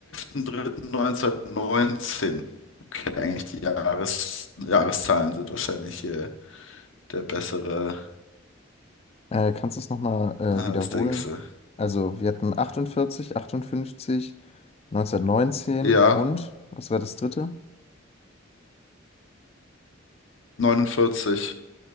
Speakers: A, on the left; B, on the left.
A: 11.03.1919. Okay, eigentlich die Jahres Jahreszahlen sind wahrscheinlich hier der bessere,
B: Äh, kannst du es nochmal äh,
A: äh,
B: wiederholen?
A: das denkst du.
B: Also, wir hatten 48, 58, 1919
A: Ja,
B: und, was war das dritte?
A: 49.